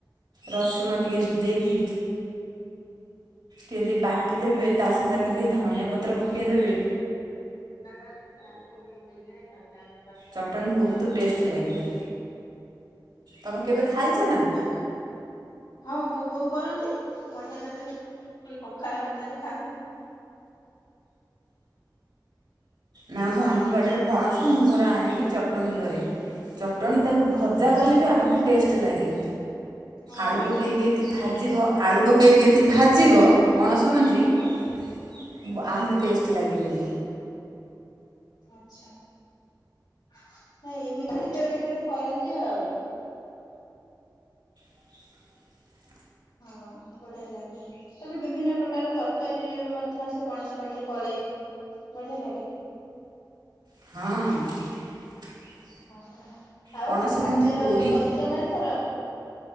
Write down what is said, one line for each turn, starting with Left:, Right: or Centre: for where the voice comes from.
Right: ରସୁଣ ଟିକିଏ ଦେଇକି। କେ ଦି ବାଟି ଦେବେ ତା ସାଙ୍ଗେରେ ଟିକେ ଧଣିଆ ପତ୍ର ପକେଇଦେବେ।
Left: <unintelligible>
Right: ଚଟଣି ବହୁତ ଟେଷ୍ଟେ ଲାଗିବ ତମେ କେବେ ଖାଇଚ
Left: ହଁ
Right: ନା?
Left: ପରା ହଁ ମୋ ବୋଉ କରନ୍ତି ବଢିଆ ଲାଗେ ଏଇ ପଖାଳ ଭାତରେ ଖାଉ।
Right: ନାଁ ମୁଁ ଆମ ବାଡିରେ ପଣସ ମୁଁ ମୋର ଆଣିକି ଚଟଣି କରେ। ଚଟଣି ତାକୁ ଭଜା
Left: ଆଚ୍ଛା
Right: କଲେ ବି ଆହୁରି ଟେଷ୍ଟେ ଲାଗେ।
Left: ହଁ ପରା
Right: ଆଳୁ ପକେଇକି ଏତିି
Left: ବଢିଆ
Right: ଭାଜିବ
Left: ଲାଗେ
Right: ଆଳୁ ପକେଇକି ଏତିି ଭାଜିବ ପଣସ ମଞ୍ଜି
Left: ହଁ
Right: ବ
Left: ହୁଁ
Right: ଆହୁରି ଟେଷ୍ଟେ ଲାଗିବ।
Left: ଆଚ୍ଛା ହେ ଏମିତି ତ ବେଳେ ବେଳେ କରନ୍ତି ଆଉଁ।
Right: <unintelligible>
Left: ହଁ ବଢିଆ ଲାଗେ। ତାପରେ ବିଭିନ୍ନ ପ୍ରକାର ତରକାରୀ ରେ ବି ମଧ୍ୟ ସେ ପଣସ ମଞ୍ଜି ପଡେ ବଢିଆ ଲାଗେ।
Right: ହଁ।
Left: ହଁ ପରା ଆଉ
Right: ପଣସ ମଞ୍ଜି
Left: ଆଚାର
Right: ପୋଡ଼ି
Left: କରିଛ ନାଁ ଏଥର।